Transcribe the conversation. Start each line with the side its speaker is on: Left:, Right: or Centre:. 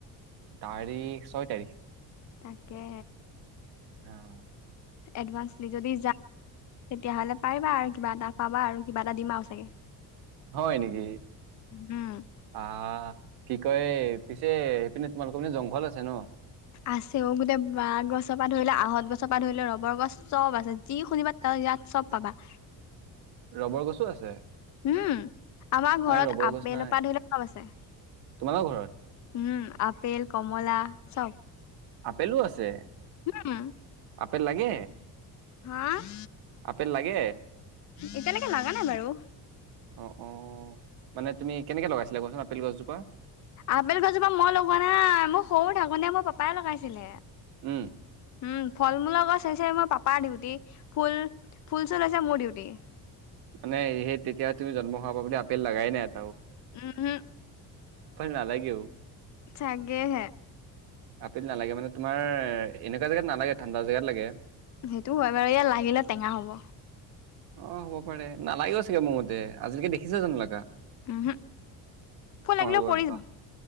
Right: তাৰিখ ছয় তাৰিখ
Left: তাকে
Right: অ
Left: এডভানস দি যদি যাম তেতিয়াাহ'লে পাৰিবা আৰু কিবা এটা পাবা আৰু কিবা এটা দিম আৰু চাগে
Right: হয় নেকি
Left: উম
Right: বাহ কি কয় পিছে এইপিনে তোমালোকৰ মানে জংঘল আছে ন
Left: আছেও গোটেই বাঁহ গছৰ পৰা ধৰিলে আঁহত গছৰ পৰা ধৰিলে ৰবৰ গছ চব আছে যি শুনিবা তাৰ ইয়াত চব পাবা
Right: ৰবৰ গছো আছে
Left: উম আমাৰ ঘৰত
Right: ইয়াত ৰবৰ
Left: আপেলৰ
Right: গছ নাই
Left: পৰা ধৰি লওক চব আছে
Right: তোমালোকৰ ঘৰত
Left: উম আপেল কমলা চব
Right: আপেলো আছে
Left: উম,
Right: আপেল লাগে
Left: আহ
Right: আপেল লাগে
Left: এতিয়ালৈকে লগা নাই বাৰু
Right: অঁ অঁ মানে তুমি কেনেকৈ লগাইছিলা কোৱাছোন আপেল গছজোপা
Left: আপেল গজোপা মই লগোৱা নাই মোৰ সৰু ঢাকনীয়ে মোৰ পাপাই লগাইছিলে
Right: উম
Left: উম ফল মূলৰ গছ হৈছে মোৰ পাপাৰ ডিউটি ফুল ফুল চুল হৈছে মোৰ ডিউটি
Right: মানে সেই তেতিয়া তুম জন্ম হোৱা পা বুলি আপেল লগাগাই নে আাৰ
Left: উমহু,
Right: ন লাগে
Left: চাগেহে
Right: আপেল নালাগে মানে তোমাৰ এনেকুৱা জেগাত নালাগে ঠাণ্ডা জেগাত লাগে
Left: সেইটো হয় বাৰ ইয়াত লাগিলে টেঙা হ'ব
Right: অ হ'ব পাৰে নালাগে চাগে মোৰ মতে আজিলৈকে দেখিছে জানো লগা
Left: উম হ ফোন লাগিলেও
Right: গছজোপা
Left: পৰি যাব